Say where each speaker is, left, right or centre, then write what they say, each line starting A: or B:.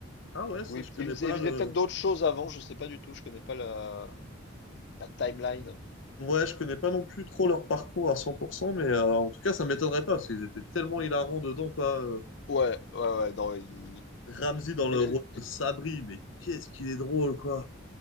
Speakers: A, on the left; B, on the left.
A: Ah ouais, ça,
B: Oui,
A: je
B: peut-
A: connais
B: ils
A: pas
B: avaient
A: le.
B: peut-être d'autres choses avant, je sais pas du tout, je connais pas la, la timeline.
A: Ouais, je connais pas non plus trop leur parcours à 100%, mais euh, en tout cas, ça m'étonnerait pas, parce qu'ils étaient tellement hilarants dedans, quoi. Euh,
B: Ouais, ouais, ouais, non, il-
A: Ramsey dans le
B: les-
A: rôle de Sabri, mais qu'est-ce qu'il est drôle, quoi.